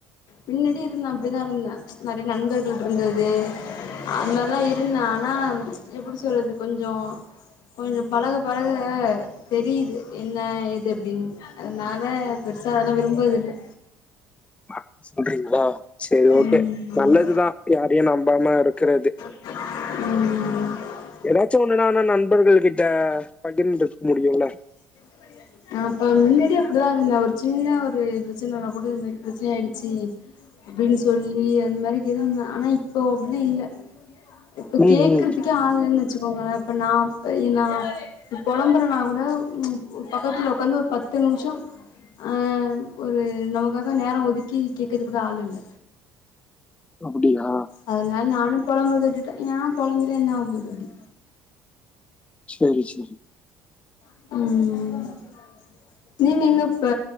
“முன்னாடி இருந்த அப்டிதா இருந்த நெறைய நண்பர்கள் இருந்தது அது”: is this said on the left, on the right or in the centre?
Left